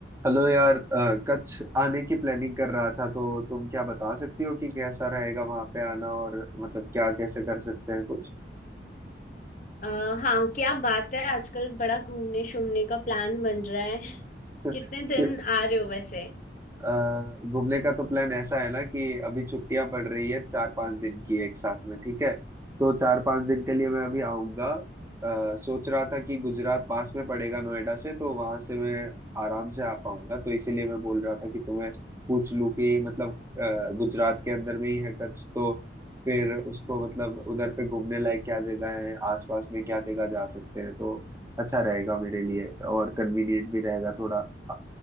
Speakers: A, on the right; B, on the left.
A: Hello यार अ, कच्छ आने की प्लानिंग कर रहा था तो तुम क्या बता सकती हो कि कैसा रहेगा वहां पे आना और मतलब क्या कैसे कर सकते हैं कुछ
B: अ, हाँ क्या बात है आजकल बड़ा घूमने शूमने का प्लान बन रहा है <laughs>
A: <laughs>
B: कितने दिन
A: कि
B: आ रहे हो वैसे
A: अ, घूमने का तो प्लान ऐसा है ना कि अभी छुट्टियां पड़ रही है चार पांच दिन की एक साथ में ठीक है तो चार पांच दिन के लिए मैं अभी आऊंगा अ, सोच रहा था कि गुजरात पास में पड़ेगा नोएडा से तो वहां से मैं आराम से आ पाऊंगा तो इसीलिए मैं बोल रहा था कि तुम्हें पूछ लूं कि मतलब अ, गुजरात के अंदर में ही है कच्छ तो फिर उसको मतलब उधर पे घूमने लायक क्या जगह है आसपास में क्या जगह जा सकते हैं तो अच्छा रहेगा मेरे लिए और कन्वीनियंट भी रहेगा थोड़ा आ-